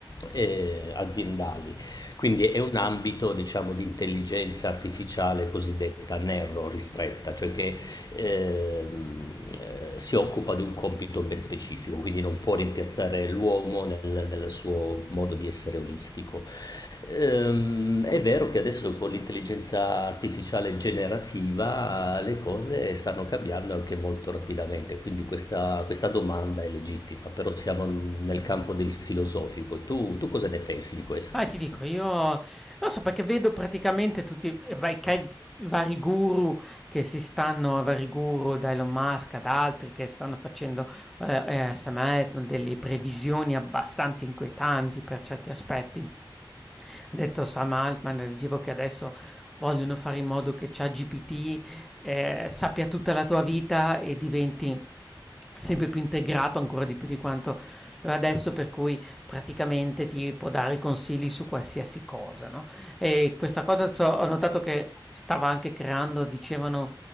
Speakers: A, on the left; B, in the centre.
A: eh, aziendali. Quindi è un ambito diciamo, di intelligenza artificiale cosiddetta narrow, ristretta, cioè che ehm, eh, si occupa di un compito ben specifico, quindi non può rimpiazzare l'uomo nel, nel suo modo di essere olistico. Ehm, è vero che adesso con l'intelligenza artificiale generativa le cose stanno cambiando anche molto rapidamente, quindi questa, questa domanda è legittima, però siamo nel campo del filosofico. Tu, tu cosa ne pensi di questo?
B: Ah, ti dico, io non so perché vedo praticamente tutti i vai, che- i vari guru che si stanno, i vari guru da Elon Musk ad altri che stanno facendo eh, eh, Sam Altman delle previsioni abbastanza inquietanti per certi aspetti. Ha detto Sam Altman, leggevo che adesso vogliono fare in modo che ChatGPT eh, sappia tutta la tua vita e diventi sempre più integrato ancora di più di quanto lo è adesso, per cui praticamente ti può dare consigli su qualsiasi cosa, no? E questa cosa so- ho notato che stava anche creando, dicevano,